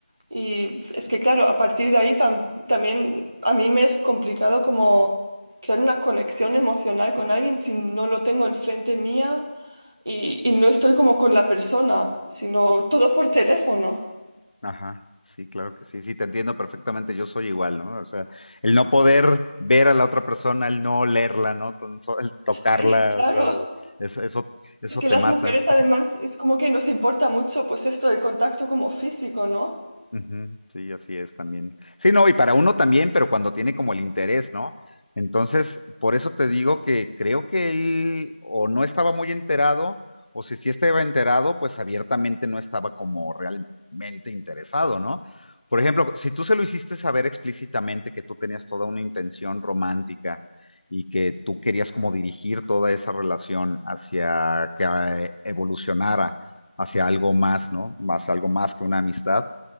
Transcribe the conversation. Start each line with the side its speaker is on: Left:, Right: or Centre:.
Right: Y es que claro, a partir de ahí tam- también a mí me es complicado como crear una conexión emocional con alguien si no lo tengo enfrente mía y, y no estoy como con la persona, sino todo por teléfono.
Left: Ajá, sí, claro que sí, sí, te entiendo perfectamente, yo soy igual, ¿no? O sea, el no poder ver a la otra persona, el no olerla, ¿no? Tan so- El tocarla,
Right: Sí, claro.
Left: o sea, es- eso, eso
Right: Es que
Left: te
Right: las
Left: mata.
Right: mujeres además es como que nos importa mucho pues esto del contacto como físico, ¿no?
Left: Ujú, Sí, así es también. Sí, no, y para uno también, pero cuando tiene como el interés, ¿no? Entonces, por eso te digo que creo que él o no estaba muy enterado, o si sí estaba enterado, pues abiertamente no estaba como realmente interesado, ¿no? Por ejemplo, si tú se lo hiciste saber explícitamente que tú tenías toda una intención romántica y que tú querías como dirigir toda esa relación hacia que eh, evolucionara hacia algo más, ¿no? Más algo más que una amistad